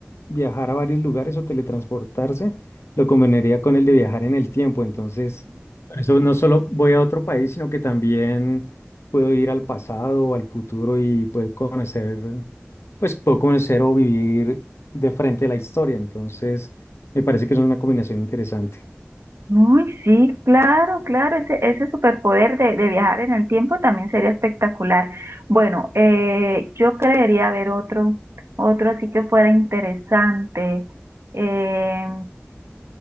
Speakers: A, on the left (about 80°); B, on the right (about 85°).
A: viajar a varios lugares o teletransportarse, lo combinaría con el de viajar en el tiempo. Entonces, por eso no solo voy a otro país, sino que también puedo ir al pasado o al futuro y puedo conocer, pues puedo conocer o vivir de frente la historia. Entonces, me parece que es una combinación interesante.
B: Uy, sí, claro, claro, ese, ese superpoder de, de viajar en el tiempo también sería espectacular. Bueno, eh, yo creería haber otro, otro así que fuera interesante. Eh,